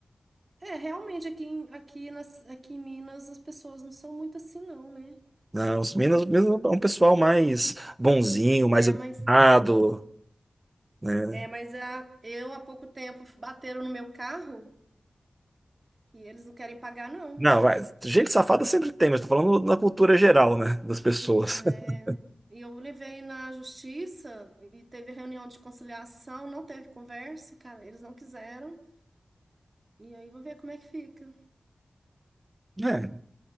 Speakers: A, on the right; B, on the right.
A: é realmente aqui, em- aqui, nas, aqui em Minas as pessoas não são muito assim, não, né?
B: né, os Minas, mesmo é um pessoal mais bonzinho, mais
A: É,
B: educado,
A: mas
B: né?
A: é, mas a, eu há pouco tempo bateram no meu carro e eles não querem pagar, não.
B: Não, vai, gente safada sempre tem, mas tô falando na cultura geral, né, das pessoas.
A: É,
B: <laughs>
A: e eu levei na justiça e teve reunião de conciliação, não teve conversa, cara, eles não quiseram. E aí vou ver como é que fica.
B: É,